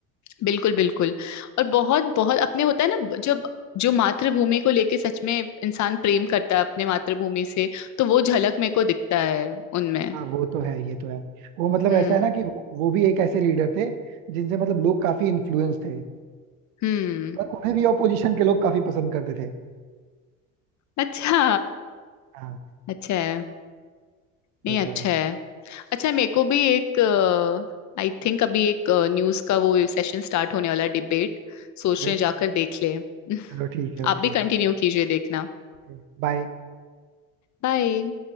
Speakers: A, on the left; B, on the right.
A: बिल्कुल बिल्कुल और बहुत बहुत अपने होता है ना जब जो मातृभूमि को लेके सच में इंसान प्रेम करता है अपने मातृभूमि से तो वो झलक मेरे को दिखता है उनमें
B: हाँ वो तो है ये तो है वो मतलब
A: हम्म
B: ऐसा है ना कि वो वो भी एक ऐसे लीडर थे जिनसे मतलब लोग काफी इन्फ्लुएंस थे
A: हम्म
B: और उन्हें भी ऑपोजिशन के लोग काफी पसंद करते थे
A: अच्छा
B: हाँ
A: अच्छा है नहीं
B: ये
A: अच्छा
B: तो है
A: है अच्छा मेरे को भी एक आई थिंक अभी एक न्यूज का वो सेशन स्टार्ट होने वाला डिबेट
B: ओके
A: सोच रहे हैं जाकर देख ले <laughs>
B: चलो ठीक है
A: आप
B: ओके
A: भी कंटिन्यू कीजिए देखना
B: Okay bye
A: बाय